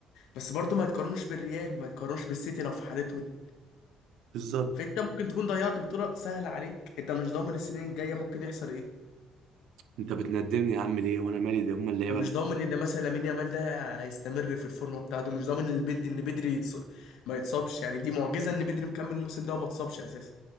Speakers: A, on the left; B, on the right.
A: بس برضو ما يتقارنوش بالريال ما يتقارنوش بالسيتي لو في حالتهم
B: بالظبط
A: فانت ممكن تكون ضيعت بطوله سهله عليك انت مش ضامن السنين الجايه ممكن يحصل ايه
B: انت بتندمني يا عم ليه وانا مالي ده هما اللعيبه
A: انت
B: اللي-
A: مش ضامن ان مثلا لامين يامال ده هيستمر في الفورمه بتاعته مش ضامن ان البن- ان بدري يتص... ما يتصابش يعني دي معجزه ان بدري مكمل الموسم ده وما اتصابش اساسا